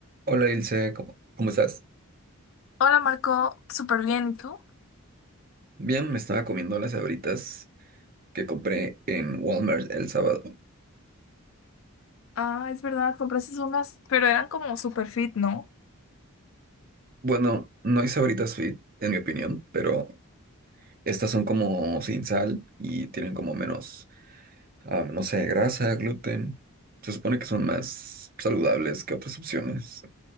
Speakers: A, on the right; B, on the left.
A: Hola Ilse, ¿cómo, cómo estás?
B: Hola Marco, súper bien, ¿y tú?
A: Bien, me estaba comiendo las sabritas que compré en Walmart el sábado.
B: Ah, es verdad, compraste unas, pero eran como super fit, ¿no?
A: Bueno, no hay sabritas fit, en mi opinión, pero estas son como sin sal y tienen como menos, ah, no sé, grasa, gluten. Se supone que son más saludables que otras opciones.